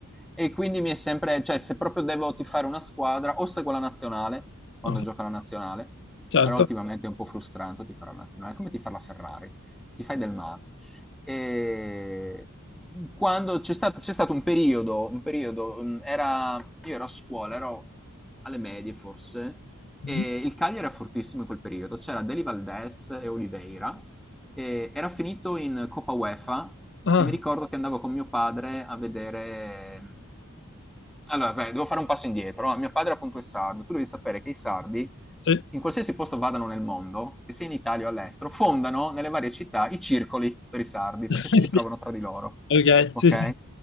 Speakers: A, in the centre; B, on the left.
A: e quindi mi è sempre, cioè se proprio devo tifare una squadra, o seguo la nazionale, quando
B: ok,
A: gioca la nazionale,
B: certo.
A: però ultimamente è un po' frustrante tifare la nazionale, è come tifare la Ferrari, ti fai del male. E quando c'è stato, c'è stato un periodo, un periodo mm, era, io ero a scuola, ero alle medie forse, e
B: Mm.
A: il Cagliari era fortissimo in quel periodo. C'era Deli Valdés e Oliveira, e era finito in Coppa UEFA
B: Ah,
A: e mi ricordo che andavo con mio padre a vedere... mm, Allora, beh, devo fare un passo indietro. no? Mio padre appunto è sardo, tu devi sapere che i sardi,
B: sì.
A: in qualsiasi posto vadano nel mondo, che sia in Italia o all'estero, fondano nelle varie città i circoli per i sardi,
B: <laughs>
A: perché si ritrovano tra di loro.
B: Ok,
A: Ok?
B: sì, sì. sì.